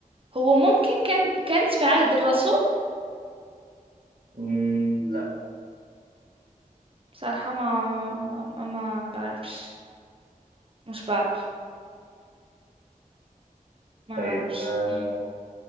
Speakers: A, on the right; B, on the right.
A: هو ممكن كان كانت في عهد الرسول
B: مم، لا
A: بصراحة ما ما ما, ما ما بعرفش مش بعرف ما
B: طيب
A: بعرفش
B: آه،
A: مم.